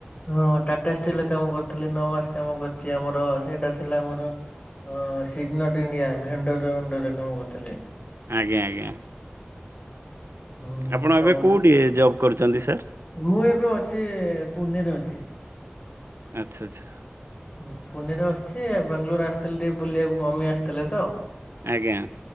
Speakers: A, on the left (about 30°); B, on the right (about 80°).
A: ହଁ ଟାଟା ଷ୍ଟିଲରେ କାମ କରିୁଥିଲି ନଅ ମାସ କାମ କରିଛି ଆମର ସେଇଟା ଥିଲା ଆମର ଅ ସିଗ୍ନଟ ଇଣ୍ଡିଆ ଭେଣ୍ଡରଅ ଣ୍ଡରେ କାମ କରୁଥିଲି।
B: ଆଜ୍ଞା ଆଜ୍ଞା।
A: ହୁଁ
B: ଆପଣ
A: କହୁଥିଲି
B: ଏବେ କୋଉଠି ଜବ୍ କରୁଛନ୍ତି ସାର୍
A: ମୁଁ ଏବେ ଅଛି ପୁନେରେ ଅଛି।
B: ଆଚ୍ଛା ଆଚ୍ଛା।
A: ହୁଁ ପୁନେରେ ଅସିଛି ବାଙ୍ଗାଲୋର ଆସିଥିଲେ ଟିକେ ବୁଲିବାକୁ ମମି ଆସିଥିଲେ ତ।
B: ଆଜ୍ଞା।